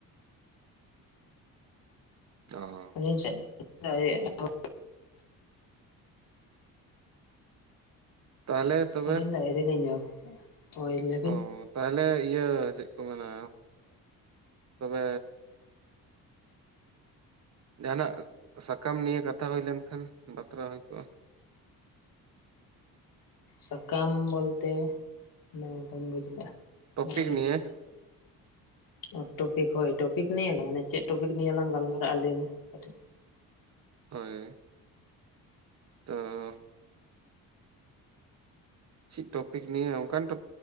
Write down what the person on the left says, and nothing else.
ᱤᱧ ᱥᱮᱫ <inaudible>
ᱟᱞᱤᱧ ᱫᱚ ᱟᱹᱣᱨᱤ ᱞᱤᱧ ᱡᱚᱢᱟ, ᱦᱳᱭ ᱞᱮᱭᱵᱤᱱ
᱾
ᱥᱟᱠᱟᱢ ᱵᱚᱞᱛᱮ ᱢᱟᱱᱮ ᱵᱟᱹᱧ ᱵᱩᱡᱽ ᱞᱮᱜᱼᱟ
ᱵᱟᱧ ᱵᱩᱡᱽ
ᱞᱮᱜᱼᱟ? ᱚ ᱴᱚᱯᱤᱠ ᱦᱳᱭ ᱴᱚᱯᱤᱠ ᱱᱤᱭᱮ ᱛᱟᱦᱚᱞᱮ ᱪᱮᱫ ᱴᱚᱯᱤᱠ ᱱᱤᱭᱞᱟᱝ ᱜᱟᱞᱢᱟᱨᱟᱜᱼᱟ ᱞᱟᱹᱭ ᱢᱮ ᱠᱟᱹᱴᱤᱡ?